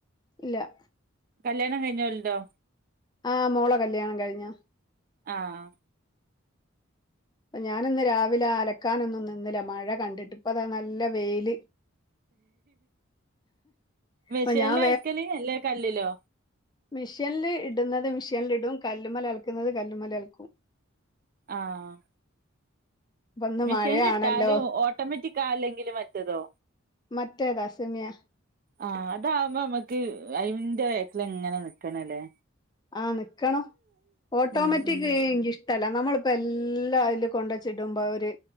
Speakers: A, on the left; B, on the right.
A: ഇല്ല.
B: കല്യാണം കഴിഞ്ഞോലുണ്ടോ?
A: ആഹ് മോള കല്യാണം കഴിഞ്ഞ?
B: ആഹ്
A: ഞാന ഇന്ന് രാവിലെ അലക്കാനൊന്നും നിന്നില്ല മഴ കണ്ടിട്ട് ഇപ്പ അതാ നല്ല വെയില്.
B: മെഷീനില
A: അപ്പൊ ഞാൻ
B: അലക്കല് അല്ലേ കല്ലിലോ?
A: മിഷീനിൽ ഇടുന്നത് മിഷീനൽ ഇടും കല്ലുമല അലക്കുന്നത് കല്ലല്മലും അലക്കും.
B: ആഹ്.
A: ഇപ്പ ഇന്ന്
B: മെഷീനിലിട്ടാലും
A: മഴയാണല്ലോ
B: ഓട്ടോമാറ്റിക് ആല്ലെങ്കിലും മറ്റതോ?
A: മറ്റേതാ സെമിയ
B: ആഹ് അതാവുമ്പോ നമ്മക്ക് അയിന്റെ വേക്കൽ എങ്ങനെ നക്കണ അല്ലേ?
A: ആഹ് നിക്കണം ഓട്ടോമാറ്റിക്
B: ഉം ഉം
A: ഇൻക്ക്ഷ് ട്ടല്ല നമ്മളിപ്പ എല്ലാം അതില് കൊണ്ടുവെച്ചിട്ട് ഇടുമ്പോ അഹൊര്